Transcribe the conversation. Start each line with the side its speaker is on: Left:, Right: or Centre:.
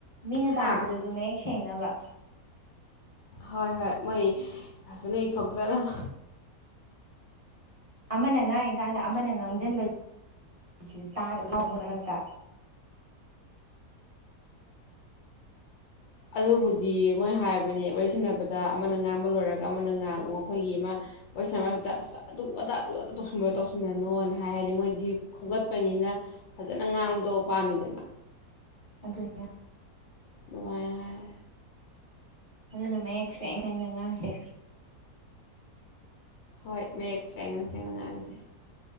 Right: ꯃꯤꯅ
Left: ꯍꯥ
Right: ꯇꯥꯕꯗꯁꯨ ꯃꯌꯦꯛ ꯁꯦꯡꯅꯕ꯫ <inaudible>
Left: ꯍꯣꯏ - ꯍꯣꯏ ꯃꯣꯏ ꯐꯖꯅ ꯏ ꯊꯣꯛꯆꯅꯕ꯫
Right: ꯑꯃꯅ ꯉꯥꯉꯤ ꯀꯥꯟꯗ ꯑꯃꯅ ꯉꯥꯡꯖꯟꯕꯁꯤꯁꯨ ꯇꯥꯗ ꯃꯔꯛ ꯃꯔꯛꯇ꯫
Left: ꯑꯗꯨꯕꯨꯗꯤ ꯃꯣꯏ ꯍꯥꯏꯕꯅꯦ ꯋꯥꯔꯤ ꯁꯥꯟꯅꯕꯗ ꯑꯃꯅ ꯉꯥꯡꯕ ꯂꯣꯏꯔꯒ ꯑꯃꯅ ꯉꯥꯡꯉꯨ ꯑꯩꯈꯣꯏꯒꯤ ꯑꯃ ꯋꯥꯔꯤ ꯁꯥꯟꯅꯕꯗꯨꯗ ꯑꯁ ꯑꯗꯨ ꯑꯗꯥ ꯑꯗꯨ ꯑ ꯇꯧꯁꯤꯟꯕ ꯇꯧꯁꯤꯟꯅꯅꯣꯅ ꯍꯥꯏ ꯍꯥꯏꯗꯤ ꯃꯣꯏꯗꯤ ꯁꯤ ꯈꯣꯝꯒꯠꯄꯅꯤꯅ ꯐꯖꯅ ꯉꯥꯡꯕꯗꯣ ꯄꯥꯝꯃꯤꯗꯅ꯫
Right: ꯑꯗꯨꯅꯤ꯫
Left: ꯗꯨꯃꯥꯏ ꯍꯥꯏ
Right: ꯑꯗꯨꯅ ꯃꯌꯦꯛ ꯁꯦꯡ - ꯁꯦꯡꯅ ꯉꯥꯡꯁꯦ꯫
Left: ꯍꯣꯏ ꯃꯌꯦꯛ ꯁꯦꯡꯅ- ꯁꯦꯡꯅ ꯉꯥꯡꯖꯦ꯫